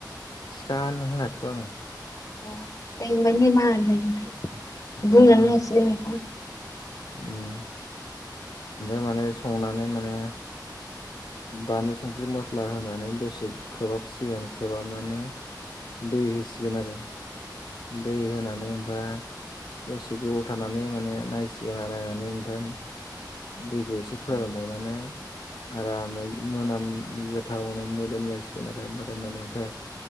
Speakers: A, on the left; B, on the left.
A: सिखा होन होनाखैथ' आङो
B: अ दे होनबा निमाहा होदो नोंथां बुंलांनो
A: ओ
B: हासिगोन नोंथां
A: उम ओमफ्राय माने संनानै माने बानलु संख्रि मस्ला होनानै दसे खोबहाबसिगोन खोबहाबनानै दै होसिगोन आरो दै होनानै ओमफा दसे गोबाव थानानै माने नायसिगोन आरो नायनानै ओमफ्राय दैखौ एसे फोरानबावनानै
B: नोंथां।
A: आरामनो मोनाम गोथावनो मोदोमलायसिगोन आरो मोदोमनानै ओमफ्राय